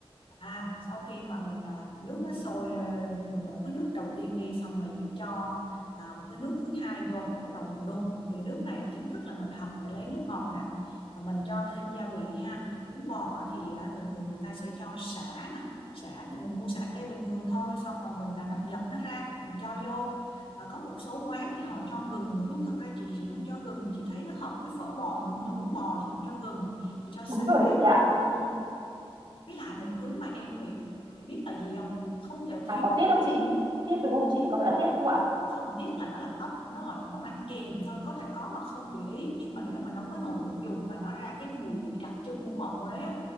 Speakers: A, on the left; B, on the right.
A: À, sau khi mà mình à, nước nó sôi ờ, mình đổ cái nước đầu tiên đi xong mình lại cho à, một cái nước thứ hai vô bắt đầu mình đun thì nước này là chính thức là mình hầm để lấy nước ngọt nè à, mình cho thêm gia vị ha bún bò á thì à, thường thường người ta sẽ cho sả nè sả thì mình mua sả cây bình thường thôi xong mà mình à, đập dập nó ra mình cho vô à, có một số quán thì họ cho gừng nữa nhưng thực ra chị chị không cho gừng vì chị thấy nó hợp với phở bò nhiều hơn là bún bò chị không cho gừng chị cho sả
B: Đúng rồi đấy chị ạ.
A: ừ với lại một thứ mà em nghĩ em biết là gì không không thể
B: À
A: thiếu
B: có tiết không chị? Tiết đúng không chị? Có phải là tiết không ạ?
A: không tiếc là nó là tóc nó gọi là món ăn kèm thôi có thể có hoặc không tùy ý nhưng mà để mà nấu cái nồi nước dùng mà nó ra cái mùi vị đặc trưng của mò Huế á,